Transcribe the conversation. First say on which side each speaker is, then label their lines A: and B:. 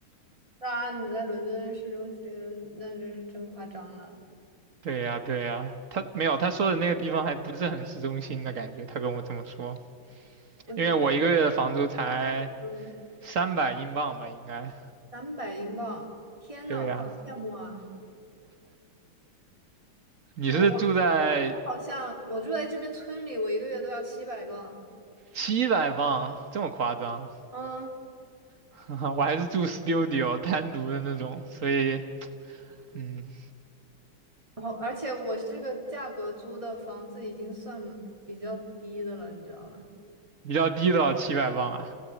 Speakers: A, on the right; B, on the right.
A: 当然，你在伦敦市中心，那真是真夸张了。
B: 对呀，对呀，他没有，他说的那个地方还不是很市中心的感觉，他跟我这么说，
A: 我觉得，
B: 因为我一个月的房租才
A: 嗯，
B: 三百英镑吧，应该。
A: 三百英镑，天呐，
B: 对呀，
A: 我好羡慕啊！
B: 你是住在
A: 我我好像我住在这边村里，我一个月都要七百镑。
B: 七百镑，这么夸张？
A: 嗯，
B: <laughs> 我还是住 studio 单独的那种，所以。嗯，
A: 然后而且我这个价格租的房子已经算比较低的了，你知道吗？
B: 比较低的七百磅啊